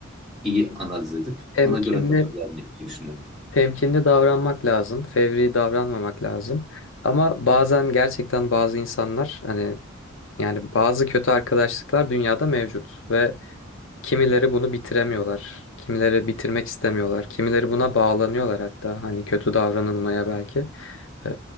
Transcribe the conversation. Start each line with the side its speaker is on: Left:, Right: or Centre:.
Centre: iyi analiz edip
Left: Temkinli,
Centre: ona göre karar vermek diye düşünüyorum.
Left: temkinli davranmak lazım. Fevri davranmamak lazım. Ama bazen gerçekten bazı insanlar hani Yani bazı kötü arkadaşlıklar dünyada mevcut ve kimileri bunu bitiremiyorlar. Kimileri bitirmek istemiyorlar. Kimileri buna bağlanıyorlar hatta hani kötü davranılmaya belki. Ee,